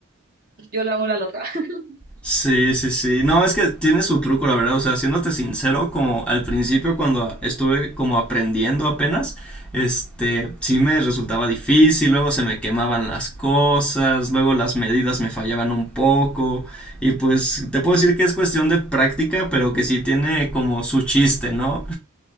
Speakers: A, on the right (about 40°); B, in the centre.
A: Yo lavo la loza. <laughs>
B: Sí, sí, sí. No, es que tiene su truco, la verdad. O sea, siéndote sincero, como al principio cuando estuve como aprendiendo apenas, este, sí me resultaba difícil, luego se me quemaban las cosas, luego las medidas me fallaban un poco. Y pues te puedo decir que es cuestión de práctica, pero que sí tiene como su chiste, ¿no?